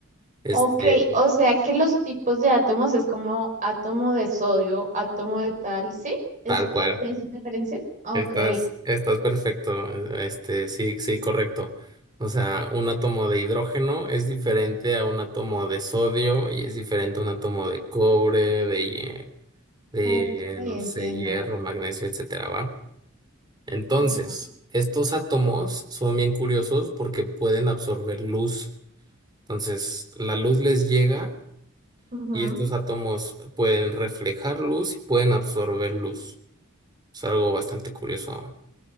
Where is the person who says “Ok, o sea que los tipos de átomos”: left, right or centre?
Right